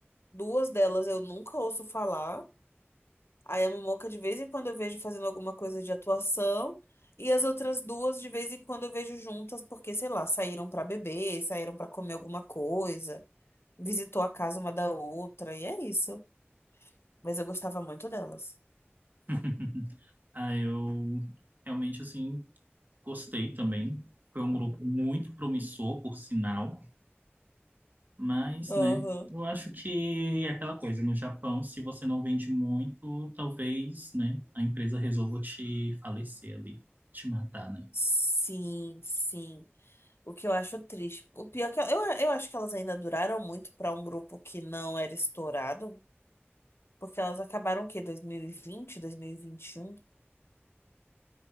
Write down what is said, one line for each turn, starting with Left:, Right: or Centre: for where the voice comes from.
Left: Duas delas eu nunca ouço falar. Aí a Momoca de vez em quando eu vejo fazendo alguma coisa de atuação. E as outras duas de vez em quando eu vejo juntas, porque, sei lá, saíram pra beber, saíram pra comer alguma coisa, visitou a casa uma da outra, e é isso. Mas eu gostava muito delas.
Right: <laughs> Ah, eu realmente, assim, gostei também. Foi um grupo muito promissor, por sinal. Mas,
Left: Aham.
Right: né, eu acho que é aquela coisa, no Japão, se você não vende muito, talvez, né, a empresa resolva te falecer ali, te matar, né?
Left: Sim, sim. O que eu acho triste. O pior é que eu, eu acho que elas ainda duraram muito pra um grupo que não era estourado, porque elas acabaram o quê? dois mil e vinte, dois mil e vinte e um